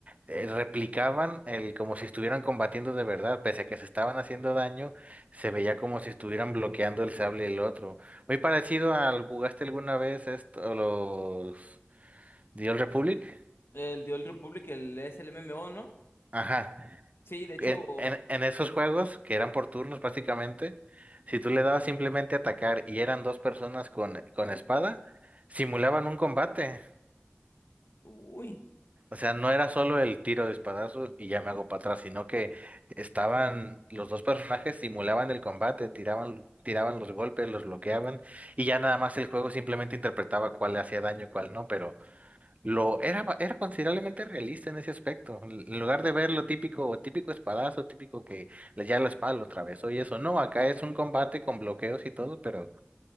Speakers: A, on the right; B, on the left.
A: eh, replicaban el como si estuvieran combatiendo de verdad, pese a que se estaban haciendo daño, se veía como si estuvieran bloqueando el sable del otro. Muy parecido al ¿jugaste alguna vez esto, los The Old Republic?
B: El The Old Republic, el es el MMO, ¿no?
A: Ajá.
B: Sí, de hecho,
A: En,
B: ujú.
A: en- en esos juegos, que eran por turnos prácticamente, si tú le dabas simplemente atacar y eran dos personas con, con espada, simulaban un combate.
B: Uy,
A: O sea, no era solo el tiro de espadazo y ya me hago para atrás, sino que estaban los dos personajes simulaban el combate, tiraban, tiraban los golpes, los bloqueaban y ya nada más el juego simplemente interpretaba cuál le hacía daño, cuál no, pero lo era, ba- era considerablemente realista en ese aspecto. En lugar de ver lo típico, típico espadazo, típico que le- ya la espada lo atravesó y eso. No, acá es un combate con bloqueos y todo, pero